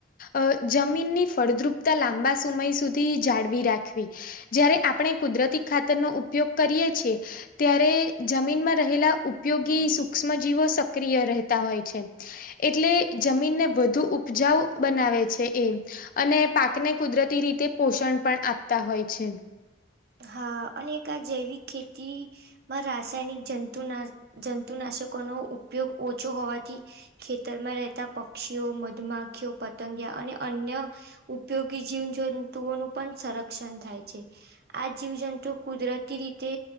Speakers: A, on the left; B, on the right.
A: અહ જમીનની ફળદ્રુપતા લાંબા સમય સુધી જાળવી રાખવી જયારે આપણે કુદરતી ખાતરનો ઉપયોગ કરીએ છીએ ત્યારે જમીનમાં રહેલા ઉપયોગી સૂક્ષ્મજીવો સક્રિય રહેતા હોય છે. એટલે જમીનને વધુ ઉપજાવ બનાવે છે એમ. અને પાકને કુદરતી રીતે પોષણ પણ આપતા હોય છે.
B: હા અને એક આ જૈવિક ખેતી માં રાસાયણિક જંતુના જંતુનાશકો નો ઉપયોગ ઓછો હોવાથી ખેતરમાં રહેતા પક્ષીઓ મધુમાખીઓ પતંગિયા અને અન્ય ઉપયોગી જીવજંતુઓનું પણ સંરક્ષણ થાય છે. આ જીવજંતુ કુદરતી રીતે